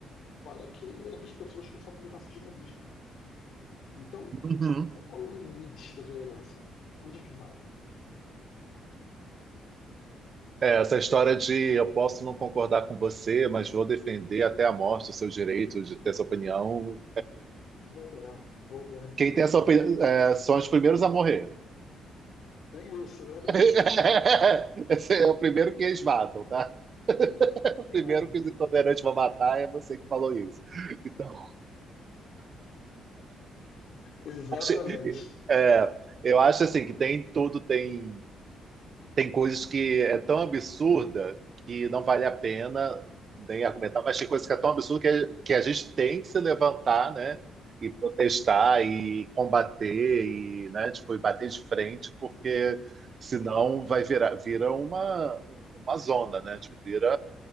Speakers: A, on the left (about 70°); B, on the right (about 45°).
A: para que essas pessoas que sofrem de racismo existam. Então,
B: Uhum.
A: qual é o limite da tolerância? Onde é que vai?
B: É, essa história de eu posso não concordar com você, mas vou defender até a morte o seu direito de ter essa opinião,
A: Voltaire, Voltaire dizer
B: Quem tem
A: isso.
B: essa opinião é, são os primeiros a morrer.
A: Tem isso, verdade.
B: <laughs> Esse é o primeiro que eles matam, tá? O primeiro
A: É,
B: que os intolerantes vão matar é você que falou isso. Então,
A: exatamente.
B: acho- é, eu acho assim que tem tudo, tem. tem coisas que é tão absurda que não vale a pena nem argumentar, mas tem coisas que é tão absurda que, que a gente tem que se levantar, né? E protestar e combater e, né, tipo, e bater de frente, porque senão vai virar vira uma, uma zona, né? Tipo, vira